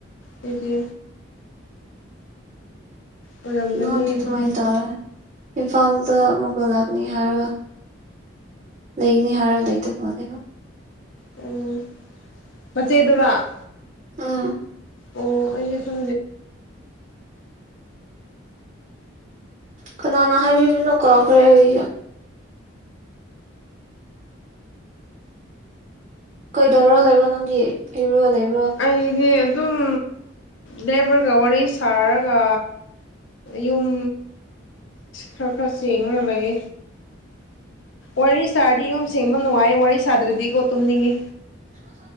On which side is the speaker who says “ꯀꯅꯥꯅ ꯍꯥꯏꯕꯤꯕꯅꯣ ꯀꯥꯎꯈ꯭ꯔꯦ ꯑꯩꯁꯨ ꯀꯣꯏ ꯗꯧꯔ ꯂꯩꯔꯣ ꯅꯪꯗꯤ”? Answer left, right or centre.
Right